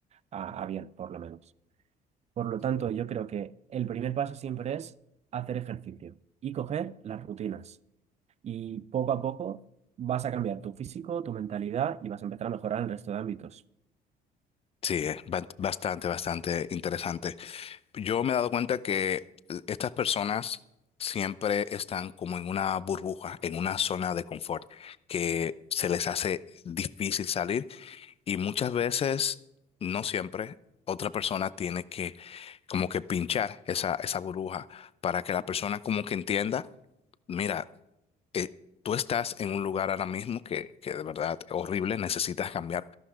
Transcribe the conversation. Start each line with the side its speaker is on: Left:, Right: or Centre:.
Right: A, a bien, por lo menos. Por lo tanto, yo creo que el primer paso siempre es hacer ejercicio y coger las rutinas. Y poco a poco vas a cambiar tu físico, tu mentalidad y vas a empezar a mejorar en el resto de ámbitos.
Left: Sí, es ba- bastante, bastante interesante. Yo me he dado cuenta que estas personas siempre están como en una burbuja, en una zona de confort, que se les hace difícil salir y muchas veces, no siempre, otra persona tiene que como que pinchar esa, esa burbuja para que la persona como que entienda, mira, eh, tú estás en un lugar ahora mismo que, que de verdad horrible, necesitas cambiar.